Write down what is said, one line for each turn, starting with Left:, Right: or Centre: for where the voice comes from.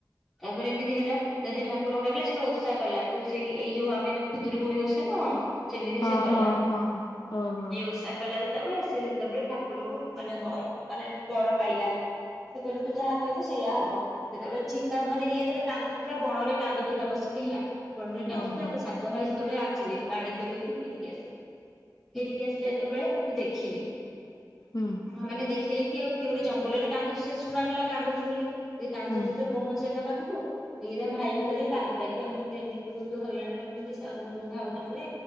Centre: ତାପରେ ଏମିତି ହେଲା। ତ ସେ ଠାକୁରଙ୍କୁ ଡାକିଲେ ସେଇଟୁ ଓଷା କଲା ଯୋଉ ସେଇ ଏଇ ଯୋଉ ଆମେ ଯୋଉ ଖୁଦରୁକୁଣି ଓଷା ନୁହଁ ସେମିତି
Left: ହଁ
Centre: ସେ କଲା
Left: ହଁ ହଁ ହଁ ଓହୋ
Centre: ଏଇ ଓଷା କଲା ସେତେବେଳେ ସେ ସେତେବେଳେ ଠାକୁରଙ୍କୁ ମାନେ ବ ମାନେ ବର ପାଇଲା। ସେ କହିଲେ ତୁ ଯାହା କହିବୁ ସେୟା ହବ ଯେତେବେଳେ ଠିକ ତା ମାନେ ଇଏ ଯେତେବେଳେ କାନ୍ଦୁଥିଲା ବଣରେ କାନ୍ଦୁଥିଲା ବସିକି ହେଲା। ବଣରେ କାନ୍ଦୁଥିଲା।
Left: ଓହୋ
Centre: ତା ସାତ ଭାଇ ସେତେବେଳେ ଆ ଥିଲେ ବାଣିଜ୍ୟ କରିକି ଫେରିକି ଆସିଲେ ଫେରିକି ଆସିଲେ ଯେତେବେଳେ ଆକୁ ଦେଖିଲେ।
Left: ହୁଁ।
Centre: ହଁ ମାନେ ଦେଖିଲେ କି ଆଉ କିଏ ଗୋଟେ ଜଙ୍ଗଲରେ କାନ୍ଦୁଛି ସେ ଶୁଣାଗଲା କାନ୍ଦୁଛି ବୋଲି କାନ୍ଦୁଛି
Left: ହୁଁ
Centre: ତ <unintelligible> ତା ପାଖକୁ ଇରେ ଭାଇକୁ ଧରି କାନ୍ଦିଲା କି ଆଉ ମତେ ଏମିତି ବହୁତ ହଇରାଣ କରୁଛନ୍ତି ମୋ ଭାଉଜ ମାନେ।